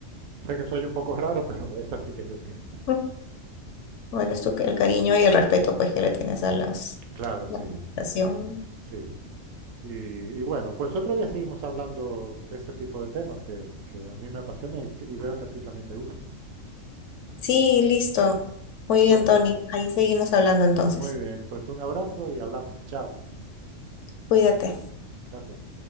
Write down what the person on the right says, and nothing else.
Sé que soy un poco raro, <laughs> pero es así que yo pienso.
Claro,
sí,
sí. Y, y bueno, pues otro día seguimos hablando de este tipo de temas que, que a mí me apasiona y, que- y veo que a ti también te gusta.
Pues
muy bien, pues un abrazo y hablamos. Chao.
Gracias.